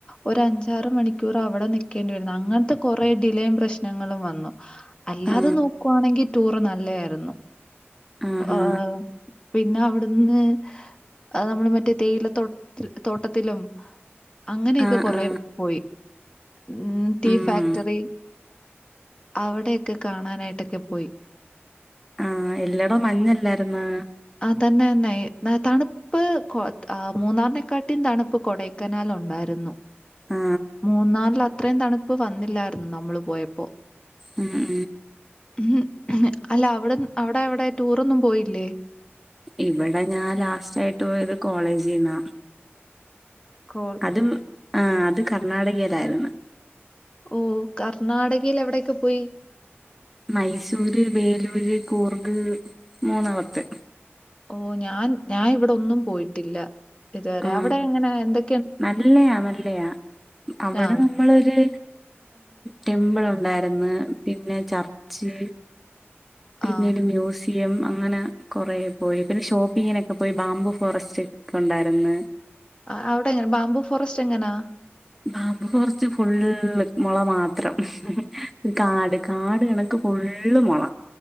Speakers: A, on the left (about 20°); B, in the centre.
A: ഒരഞ്ചാറ് മണിക്കൂർ അവിടെ നിക്കേണ്ടി വരുന്നു. അങ്ങനത്തെ കുറെ ഡിലയും പ്രശ്ന.. നങ്ങളും വന്നു. അല്ലാതെ
B: ആ
A: നോക്കുവാ ണെങ്കി. ടൂറ്, നല്ലേയിരുന്നു.
B: ആഹാ
A: ആഹ് പിന്നെ, അവിടുന്ന് നമ്മള് മറ്റേ, തേയിലത്തോ തോട്ടത്തിലും. അങ്ങനെക്കെ
B: ആ
A: കൊറെ
B: ആ ആ
A: പോയി. ഉം, ടീ
B: ഉം
A: ഫാക്ടറി. അവിടെക്കെ കാണാനായിട്ടൊക്കെ പോയി
B: ആഹ്എല്ലോട മഞ്ഞല്ലായിരു ന്ന്
A: ആ തന്നെ തന്നെ തണു പ്പ് കൊ മൂന്നാറിനെക്കാട്ട തണുപ്പ് കൊടൈക്കനാൽ ഉണ്ടായിരുന്നു
B: ആ
A: മൂന്നാറില് അത്രയും തണുപ്പ് വന്നില്ലായിരുന്നു നമ്മള് പോയപ്പോ.
B: ഉം ഉം
A: ഉം അല്ല അവിടെ അവിടെ എവിടെ ടൂറൊന്നും പോയില്ലേ
B: ഇവിടെ ഞാൻ ലാസറ്റായിട്ട് പോയത് കോളേജ്ന്നാ
A: കോ
B: അതും ആ അത് കർണാടകയിലായിരുന്നു
A: ഓ കർണാടകയിൽ എവിടെയൊക്കെ പോയി
B: മൈസൂര് വേലൂര് കൂർഗ് മൂന്നമത്തെ
A: ഓ ഞാൻ ഞാൻ ഇവിടെ ഒന്നും പോയിട്ടില്ല ഇതുവരെ
B: ആ
A: അവിടെ എങ്ങനെ എന്തൊ
B: നല്ലയാ നല്ലയാ അവിടെ
A: ആ,
B: നമ്മളൊരു ടെമ്പിൾ ഉണ്ടായിരുന്നു പിന്നെ ചർച്ച് പിന്നീട്
A: ആ.
B: മ്യൂസ് യംഅങ്ങനെ കൊറേ പോയി പിന്നെ ഷോപ്പിങ്ങിനൊക്കെ പോയി ബാം ബു ഫോറസ്റ്റ് ഒക്കെ ഉണ്ടായിരുന്നു
A: ആ അവിടെ എങ്ങനെ ബാംബു ഫോറസ്റ്റ് എങ്ങനാ
B: ബാംബു ഫോറെസ്റ്റ് ഫുള് മുള മാത്രം കാട് കാട് കണക്ക് ഫുള്ള് മുള